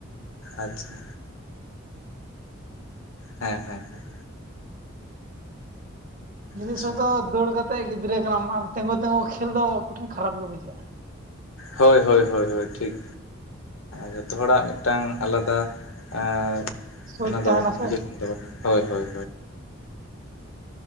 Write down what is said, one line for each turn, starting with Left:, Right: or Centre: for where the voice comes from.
Left: ᱟᱪᱪᱷᱟ ᱦᱮᱸ ᱦᱮᱸ ᱦᱮᱸ
Right: ᱱᱤᱡᱮ
Left: ᱟᱪᱪᱷᱟ
Right: ᱥᱚᱵ ᱫᱚ ᱫᱟᱹᱲ ᱠᱟᱛᱮᱜ ᱜᱤᱫᱽᱨᱟᱹ ᱠᱟᱱᱟᱢ ᱟᱨ ᱛᱮᱸᱜᱩ ᱛᱮᱸᱜᱩ ᱠᱷᱮᱞ ᱫᱚ ᱠᱩᱴᱷᱤᱱ ᱠᱷᱟᱨᱟᱯ ᱜᱮ ᱵᱩᱡᱷᱟᱹᱜᱼᱟ᱾
Left: ᱦᱳᱭ ᱦᱳᱭ ᱦᱳᱭ ᱦᱳᱭ ᱴᱷᱤᱠ ᱡᱷᱚᱛᱚ ᱦᱚᱲᱟᱜ ᱢᱤᱫᱴᱟᱝ ᱟᱞᱟᱫᱟ ᱟᱨ
Right: ᱥᱳᱪ
Left: ᱚᱱᱟ ᱫᱚ
Right: ᱛᱟᱦᱮᱱᱟ ᱥᱮ
Left: ᱨᱤᱡᱮᱠᱴ ᱮᱱ ᱛᱟᱵᱚᱱᱟ, ᱦᱳᱭ ᱦᱳᱭ᱾